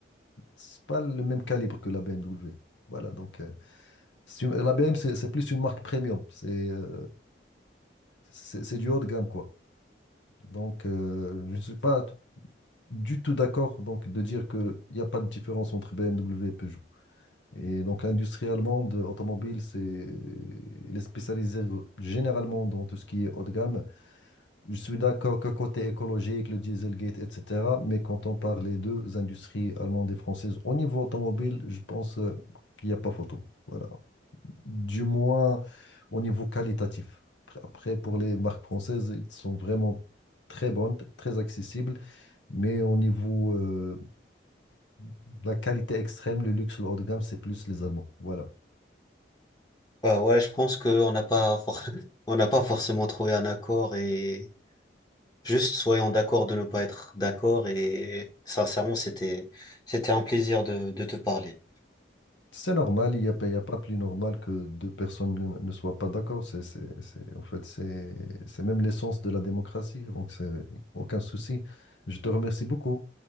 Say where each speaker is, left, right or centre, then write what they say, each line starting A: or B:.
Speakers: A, on the left; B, on the left.
A: c'est pas le même calibre que la BMW. Voilà, donc euh, c'est une- la BMW, c'est c'est plus une marque premium. C'est euh, c'est c'est du haut de gamme, quoi. Donc, euh, je ne suis pas du tout d'accord donc de dire qu'il n'y a pas de différence entre BMW et Peugeot. Et donc, l'industrie allemande automobile, c'est, elle est spécialisée généralement dans tout ce qui est haut de gamme. Je suis d'accord que côté écologique, le Dieselgate, etc. Mais quand on parle des deux industries allemandes et françaises au niveau automobile, je pense euh, qu'il n'y a pas photo. Voilà. Du moins au niveau qualitatif. Après, après, pour les marques françaises, elles sont vraiment très bonnes, très accessibles. Mais au niveau euh, de la qualité extrême, le luxe, le haut de gamme, c'est plus les Allemands. Voilà.
B: Bah ouais, je pense qu'on n'a pas, for- <laughs> on n'a pas forcément trouvé un accord et juste soyons d'accord de ne pas être d'accord et sincèrement, c'était, c'était un plaisir de, de te parler.
A: C'est normal, il n'y a, pas- il y a pas plus normal que deux personnes ne ne soient pas d'accord. C'est, c'est, c'est- en fait, c'est, c'est même l'essence de la démocratie, donc c'est aucun souci. Je te remercie beaucoup.